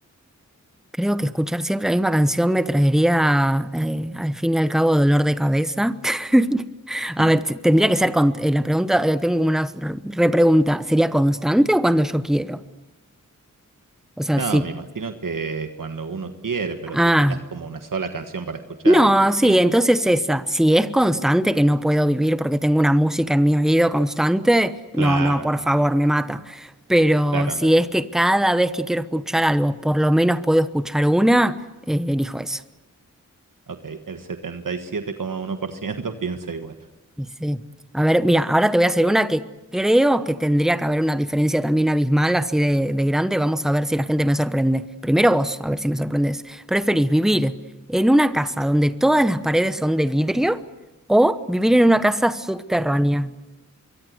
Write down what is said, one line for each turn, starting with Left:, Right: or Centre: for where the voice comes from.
Centre: creo que escuchar siempre la misma canción me traería, eh, al fin y al cabo, dolor de cabeza. <laughs> A
Right: Ujú.
Centre: ver, t- tendría que ser con, eh, la pregunta, eh, tengo como una s- repregunta, ¿sería constante o cuando yo quiero? O sea,
Right: No,
Centre: sí.
Right: me imagino que cuando uno quiere, pero
Centre: Ah.
Right: que tengas como una sola canción para escuchar,
Centre: No,
Right: me imagino.
Centre: sí, entonces esa, si es constante que no puedo vivir porque tengo una música en mi oído constante,
Right: Claro,
Centre: no, no, por
Right: no,
Centre: favor,
Right: no, está
Centre: me mata.
Right: bien.
Centre: Pero
Right: Claro,
Centre: si
Right: no, no.
Centre: es que cada vez que quiero escuchar algo, por lo menos puedo escuchar una, eh, elijo eso.
Right: Ok, el setenta y siete coma uno por ciento <laughs> piensa igual.
Centre: Y sí. A ver, mira, ahora te voy a hacer una que creo que tendría que haber una diferencia también abismal, así de, de grande. Vamos a ver si la gente me sorprende. Primero vos, a ver si me sorprendes. ¿Preferís vivir en una casa donde todas las paredes son de vidrio o vivir
Right: Ujú.
Centre: en una casa subterránea?